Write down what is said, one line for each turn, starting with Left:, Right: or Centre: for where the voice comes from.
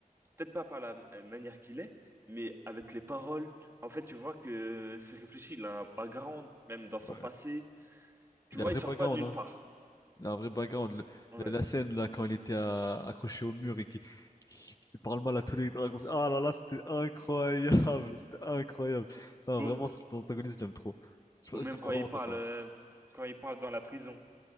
Right: peut-être pas par la euh, manière qu'il est, mais avec les paroles. En fait, tu vois que c'est réfléchi. Il a un background, même dans son
Left: ouais.
Right: passé. Tu
Left: Il
Right: vois,
Left: a un vrai
Right: il sort
Left: background,
Right: pas de nulle
Left: hein.
Right: part.
Left: la vraie background. Le-
Right: Ouais.
Left: la, la scène, là, quand il était à- accroché au mur et qui, qui, qui parle mal à tous les dragons. Ah là là, c'était incroyable. <laughs> C'était incroyable. Non,
Right: Ou,
Left: vraiment, cet antagoniste, j'aime trop. Je
Right: ou même
Left: C'est
Right: quand
Left: mon vraiment
Right: il parle,
Left: top 1.
Right: euh, quand il parle dans la prison